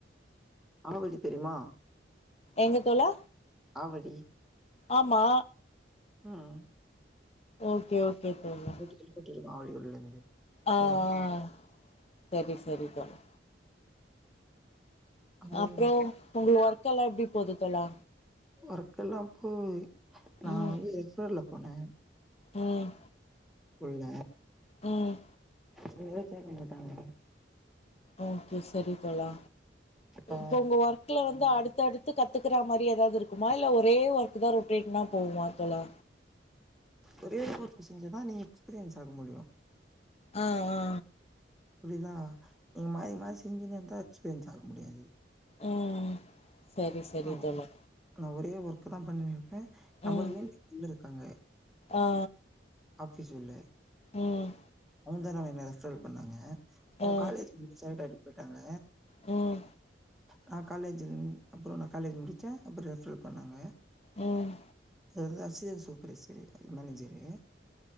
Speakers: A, in the centre; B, on the left.
A: ஆவடி தெரிமா
B: எங்க தோழா
A: ஆவடி
B: ஆமா
A: ம்
B: ஓகே ஓகே தோழா
A: கேள்விபட்ருக்கிங்களா ஆவடில இருந்து
B: ஆ
A: அவ்ளோதா
B: ஆ சேரி சேரி தோழா
A: அவ்ளோதா
B: அப்புறோ உங்க ஒர்க்கெல்லா எப்டி போது தோழா
A: ஒர்க்கெல்லாம் போது நா
B: ம்
A: வந்து எக்ஸ்வேர்ட்ட்ல போன
B: ம்
A: உள்ள
B: ம்
A: அங்கயே சேக்கமாட்டாங்க
B: ஓகே சரி தோழா
A: ஆ
B: இப்ப உங்க ஒர்க்குல வந்து அடுத்தடுத்து த்து கத்துக்கற மாரி ஏதாவது இருக்குமா இல்ல ஒரே ஒர்க்குதா ரொட்டீனா போகுமா தோழா
A: ஒரே ஒர்க் செஞ்சாதா நீங்க எக்ஸ்பீரியன்ஸ் ஆக முடியும்
B: ஆ ஆ
A: புரியுதா நீங்க மாறி மாறி செஞ்சுன்னந்தா எக்ஸ்பீரியன்ஸ் ஆக முடியாது
B: ம் சரி சரி
A: நா
B: தோழா
A: நா ஒரே ஒர்க் தான் பண்ணிருப்ப நம்மளுக்கு
B: ம்
A: வேண்டிய <unintelligible>
B: ஆ
A: ஆபீஸ் உள்ள
B: ம்
A: அவுங்க தா மேம் என்ன ரெஃப்ரல் பண்ணாங்க அவுங்க
B: ஆ ம்
A: காலேஜ் <unintelligible> ஆகிட்டு போயிட்டாங்க
B: ம்
A: நா காலேஜ்ந்து அப்புறம் நா காலேஜ் முடிச்ச அப்புறம் ரெஃப்ரல் பண்ணாங்க
B: ம்
A: <unintelligible> சூப்பர்வைசரு மேனேஜரு